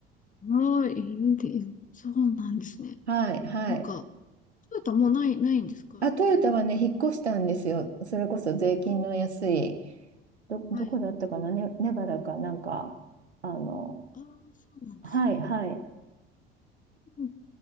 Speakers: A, on the left (about 25°); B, on the right (about 90°).
A: はーい、インディーン。そうなんですね。
B: はい、はい。
A: なんか、トヨタもうない、ないんですかそこに
B: あ、トヨタはね、引っ越したんですよ。それこそ税金の安い、
A: も。
B: ど、どこだったかな、
A: あ、はい。
B: ね、ネバダかなんか、あの、
A: ああ、そうなんですね。
B: はい、はい。
A: うん